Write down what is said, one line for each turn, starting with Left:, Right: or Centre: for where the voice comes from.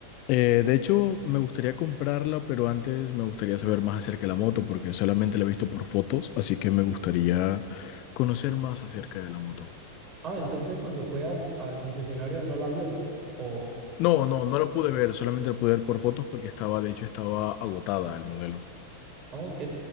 Left: Eh, de hecho, me gustaría comprarla, pero antes me gustaría saber más acerca de la moto, porque solamente la he visto por fotos, así que me gustaría conocer más acerca de la moto.
Right: Ah, entonces cuando fue al, al concesionario no la vio. o
Left: No, no, no la pude ver, solamente la pude ver por fotos porque estaba, de hecho, estaba agotada el modelo.
Right: Ok,